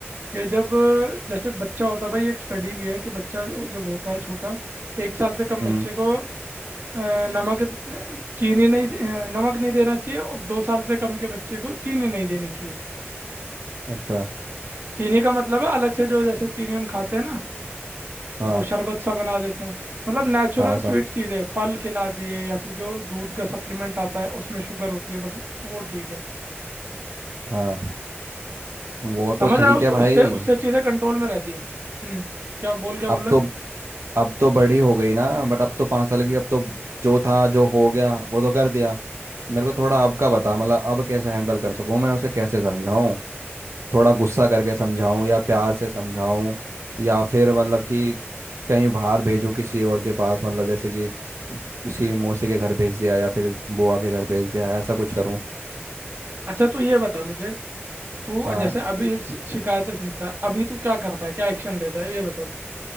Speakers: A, on the right; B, on the right.
A: कि जब अ, जैसे बच्चा होता है भाई एक स्टडी भी है कि बच्चा जो- जब होता है छोटा एक साल से कम
B: हम्म
A: बच्चे को अ, नमक अ, चीनी नहीं दे- अ, नमक नहीं देना चाहिए और दो साल से कम के बच्चे को चीनी नहीं देनी चाहिए
B: अच्छा
A: चीनी का मतलब है अलग से जो जैसे चीनी हम खाते हैं ना
B: हाँ
A: वो शरबत सा बना देते हैं मतलब नेचुरल
B: हाँ सब
A: स्वीट चीज़ है फल खिला दिए या फिर जो दूध का सप्लीमेंट आता है उसमें शुगर होती है बस वो ठीक है
B: हाँ वो तो
A: समझ रहा
B: ठीक
A: है उस,
B: है
A: उससे
B: भाई
A: उससे चीज़ें कंट्रोल में रहती है हम्म क्या बोल क्या
B: अब
A: बोल रहा
B: तो
A: है
B: अब तो बड़ी हो गई ना बट अब तो पाँच साल की अब तो जो था जो हो गया वो तो कर दिया मेरे को थोड़ा अब का बता मतलब अब कैसे हैंडल कर सकूं मैं उसे कैसे समझाऊं थोड़ा गुस्सा करके समझाऊं या प्यार से समझाऊं या फिर मतलब कि कहीं बाहर भेजूं किसी और के पास मतलब जैसे कि उसकी मौसी के घर भेज दिया या फिर बुआ के घर भेज दिया ऐसा कुछ करूं
A: अच्छा तू ये बता मुझे तू
B: हाँ
A: जैसे अभी शि- शिकायतें सुनता है अभी तू क्या करता है क्या एक्शन लेता है ये बता तू।